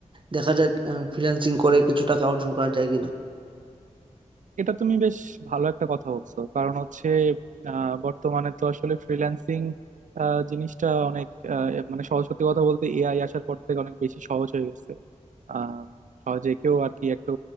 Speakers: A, on the right; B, on the right.
A: দেখা যাক ফ্রিল্যান্সিং করে কিছু টাকা অর্জন করা যায় কিনা
B: এটা তুমি বেশ ভালো একটা কথা বলছো কারণ হচ্ছে আহ, বর্তমানে তো আসলে ফ্রিল্যান্সিং জিনিসটা অনেক আহ, মানে সহজ সত্যি কথা বলতে এআই আসার পর থেকে অনেক বেশি সহজ হয়ে গেছে আহ সহজে কেউ আর কি একটু